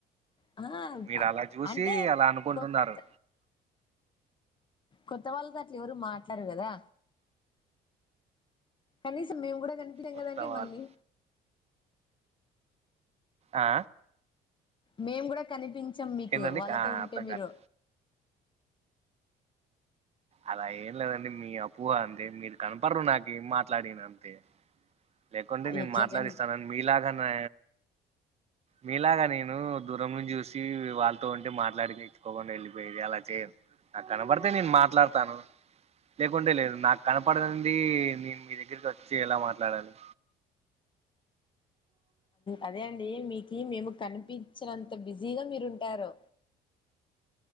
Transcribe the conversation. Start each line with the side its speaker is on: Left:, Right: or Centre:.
Left: ఆ
Right: మీరు అలా చూసి
Left: అంటే
Right: అలా అనుకుంటున్నారు
Left: కొత్త కొత్త వాళ్ళతో అట్లు ఎవరు మాట్లాడరు కదా కనీసం మేము కూడా కనిపించాం
Right: కొత్త
Left: కదండి
Right: వాళ్ళు
Left: మళ్ళీ
Right: ఆ
Left: మేము కూడా కనిపించాం మీకు
Right: ఏంటండి
Left: వాళ్ళతో
Right: ఆ
Left: ఉంటే
Right: అర్థం
Left: మీరు
Right: కాలే అలా ఏం లేదండి మీ అపోహ అంతే మీరు కనపడరు నాకి ఏం మాట్లాడిన అంతే లేకుంటే నేను
Left: ఎట్లా
Right: మాట్లాడిస్తాన
Left: కని
Right: మీలాగానే మీలాగా నేను దూరం నుంచి చూసి వాళ్ళతో ఉంటే మాట్లాడిచ్చుకోకుండా వెళ్ళిపోయేది అలా చేయను నాకు కనపడితే నేను మాట్లాడతాను లేకుంటే లేదు నాకు కనపడదండి నేను మీ దగ్గరికి వచ్చి ఎలా మాట్లాడాలి
Left: అదే అండి మీకు మేము కనిపించినంత బిజీగా మీరుంటారు